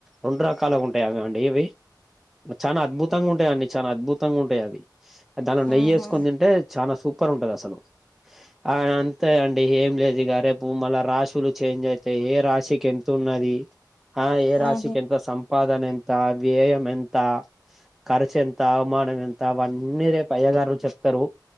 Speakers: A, in the centre; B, on the left.
A: రెండు రకాలుగా ఉంటాయా అండి ఇవి చాన అద్భుతంగా ఉంటాయండి చాలా అద్భుతంగా ఉంటాయ్ అది దాంట్లో నెయ్యేసుకొని
B: ఉహు ఉహు
A: తింటే చాన సూప్ పరుంటాదసలు ఆ అంతే అండి ఏం లేదు ఇగ రేపు మళ్ళ రాశులు చేంజ్ అయితాయి ఏ రాశికి ఎంత ఉన్నది ఆ ఏ
B: ఉహు
A: రాశికి
B: ఉహు
A: ఎంత సంపాదన ఎం ంత వ్యయం ఎంత ఖర్చు ఎంత అవమానం ఎంత వన్నీ రేప్ పయ్య గారు చెప్తారు